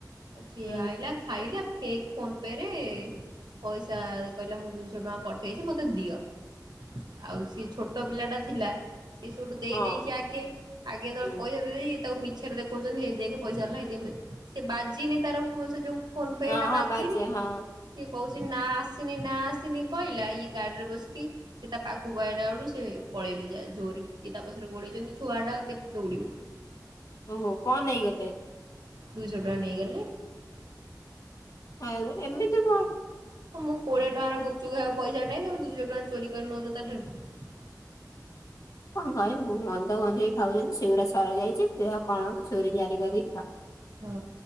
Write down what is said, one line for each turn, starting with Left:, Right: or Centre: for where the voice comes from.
Right: ଆଉ ସିଏ
Left: ହୁଁ
Right: ଆଇଲା ଖାଇଲା ଖେକ୍ ଫୋନ୍ ପେ ରେ ପଇସା କହିଲା ମୁଁ ଦୁଇଶହ ଟଙ୍କା ପଠେଇଛି ମତେ ଦିଅ। ଆଉ ସିଏ ଛୋଟ ପିଲା ଟା ଥିଲା ସେ ସଟୁ ଦେଇେଇଛି
Left: ହଁ
Right: ଆଗେ। ଆଗେ ତଳେ
Left: ହୁଁ
Right: ପଇସା ଦେଇେଇ ଇଏ ତାକୁ ମି ଛେରେ ଦେଖଉଛନ୍ତି, ହେଇ ଦେଖ ପଇସା ଆରିଲା ହେଇ ଦେଖେ ପଇ, ସେ ବାଜିିନି ତାର ଫୋ ସେ ଯଉଁ ଫୋନ ପେଟା
Left: ହଁ ହଁ
Right: ବାଜିିନି।
Left: ବାଜେ ହଁ
Right: ଏ କହୁଛି! ନା ଆସିନି, ନା ଆସିନି, କହିଲା ଇଏ ଗାଡିରେ ବସିକି ସେ ତା ପାଖକୁ ଆଇଲା ବେଳୁ, ସେ ପଳେଇଲେ ଜୋରରେ। ଇଏ ତା ପଛରେ ଗୌଡେଇଛନ୍ତି, ଛୁଆ ଟା ଆଉ କେତେ ଦୌଡିବ?
Left: ଓହୋ! କ ନେଇଗଲେ?
Right: ଦୁଇଶହ ଟଙ୍କା ନେଇଗଲେ।
Left: ହଉ ଏମିତି କ
Right: ହଁ ମୁଁ କୋଡିଏ ଟଙ୍କାର ଗୁପଚୁପ ଖାଇବ ପଇସା ନାଇଁ, ତମେ ଦୁଇଶ ଟଙ୍କା ଚୋରି କରି ନଉଛ ତାଠାରୁ।
Left: କଣ କହିବୁ ମଦ ଗଞ୍ଜେଇ ଖାଉଛନ୍ତି ସେଗୁଡା ସରିଯାଇଛି, ଦେହ କଣ ହଉଛି ଚୋରି ଚାରି କରିକି ଖାଅ
Right: ହଁ